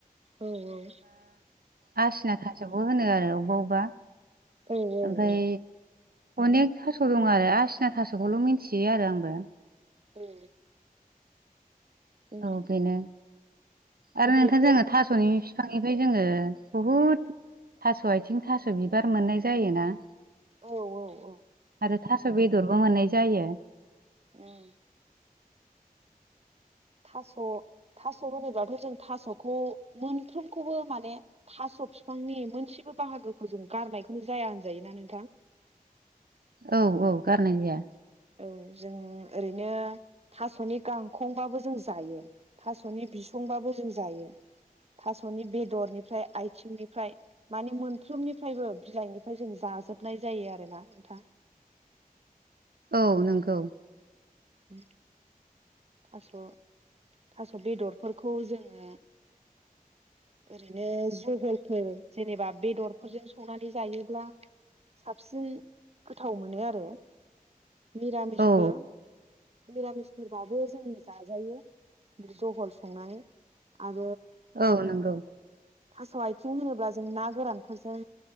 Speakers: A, on the right; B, on the right.
A: औ औ
B: आसिना थासयावबो होनो आरो अबेबा
A: औ
B: अबेबा ओमफ्राय
A: औ
B: अनेक थास' दं आरो आसिना थास'खौल' मिन्थियो आरो आंबो
A: औ औ
B: औ
A: <unintelligible>
B: बेनो आरो नोंथां
A: बेफोर
B: जोङो थास'नि बिफांनिफ्राय जोङो बहुद थास' आथिं थास' बिबार मोननाय जायोना।
A: औ औ औ
B: आरो थास' बेदरबो मोननाय जायो।
A: उम थास' थास' होनोबाथ' जों थास'खौ मोनफ्रोमखौबो माने थास' सब बिफांनि मोनसेबो बाहागोखौ जों गारनायखौनो जाया होनजायोना नोंथां।
B: औ औ गारनाय जाया।
A: औ जों ओरैनो थास'नि गांखंबाबो जों जायो थास'नि बिसंबाबो जों जायो। थास'नि बेदरनिफ्राय आथिंनिफ्राय मानि मोनफ्रोमनिफ्रायबो बिलाइनिफ्राय जों जा जाजोबनाय जायो आरोना नोंथां
B: औ नंगौ
A: उम थास' थास' बेदरफोरखौ जोङो ओरैनो जहलफोर जेनेबा बेदरफोरजों संनानै जायोब्ला साबसिन गोथाव मोनो आरो मिरामिसबो
B: औ
A: मिरामिसफोरबाबो जोंनि जाजायो जहल संनानै आर
B: औ नंगौ
A: थास' आथिं होनोब्ला जों ना गोरानफोरजों